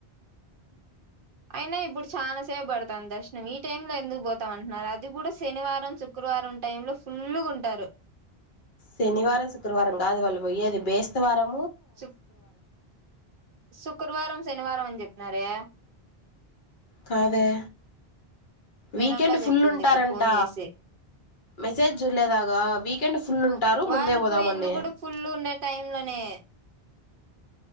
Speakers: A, on the right; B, on the left.
A: అయినా ఇప్పుడు చానసేప పడతాంది దర్శనం. ఈ టైమ్ లో ఎందుకు పోతామ అంటున్నారు. అది కూడా శనివారం, శుక్రవారం టైంలో ఫుల్లుగా ఉంటారు.
B: శనివారం శుక్రవారం కాదు వళ్ళు పోయ్యేది బేస్తవారం
A: సుక్ శుక్రవారం శనివారం అని చెప్పినారే
B: కాదే వీకెండ్
A: నిరంలా
B: ఫుల్
A: చెప్పింది
B: ఉంటారంట.
A: ఇప్పుడు ఫోన్ చేసి
B: మెసేజ్ చూడలేదగా వీకెండ్ ఫుల్ ఉంటారు.
A: వాళ్ళు
B: ముందే పోదామని
A: పోయింది కూడా ఫుల్ ఉండే టైమ్ లోనే